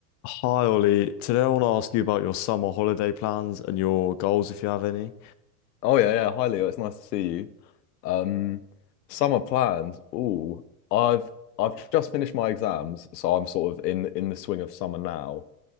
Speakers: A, on the left (about 35°); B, on the left (about 80°).
A: Hi Ollie, today I want to ask you about your summer holiday plans and your goals if you have any.
B: Oh yeah, yeah. Hi Leo, it's nice to see you. Um, summer plans. Oh, I've I've just finished my exams, so I'm sort of in in the swing of summer now.